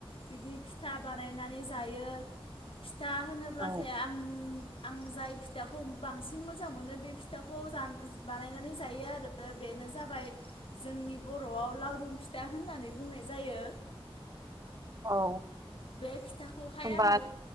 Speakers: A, on the left; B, on the right.
A: बिदि फिथा बानायनानै जायो था होनोब्लाथाय
B: औ
A: आं आं जाय फिथाखौ बांसिन मोजां मोनो बे फिथाखौ बानायनानै जायो आरो बेनो जाबाय जोंनि बर'आव लावदुम फिथा होननानै बुंनाय जायो
B: औ
A: बे फिथाखौहाय
B: होमबा
A: आङो